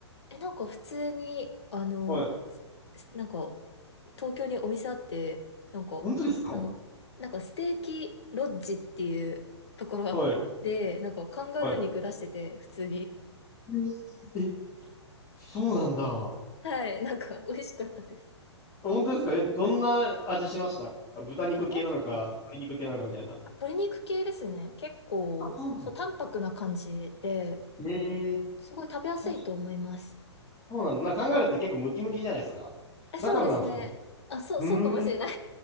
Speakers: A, on the left (about 65°); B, on the left (about 20°).
A: え、なんか普通に、あの、
B: はい。
A: すすなんか、東京にお店あって、なんか、
B: 本当ですか
A: あの、なんかステーキロッジっていうところがあって、
B: はい。
A: なんかカンガルー肉出してて、
B: はい。
A: 普通に。
B: えーそうなんだ。
A: はい、なんか美味しかったです。
B: 本当ですかえ、どんな味しました豚肉系なのか、
A: え、なんか、
B: 鶏肉系なのかみたいな。
A: 鶏肉系ですね。結構、
B: あ、そうなんだ。
A: そう、淡白な感じで、
B: ええ
A: すごい食べやすいと思います。
B: ー、そうなんだ。なんか考えるって結構ムキムキじゃないですか。
A: え、
B: だからなんですかね。
A: そうですね。あ、そう、
B: うーん。
A: そうかもしれない。